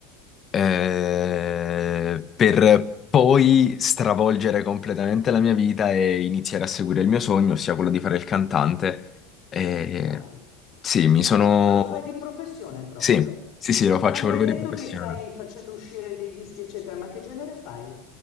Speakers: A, on the left; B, on the left.
A: eh, per poi stravolgere completamente la mia vita e iniziare a seguire il mio sogno, ossia quello di fare il cantante. E
B: Dai,
A: sì, mi sono...
B: ma lo fai di professione proprio?
A: Sì, sì, sì, lo faccio
B: Ah, mi
A: proprio
B: hai detto
A: di professione.
B: che stai facendo uscire dei dischi, eccetera, ma che genere fai?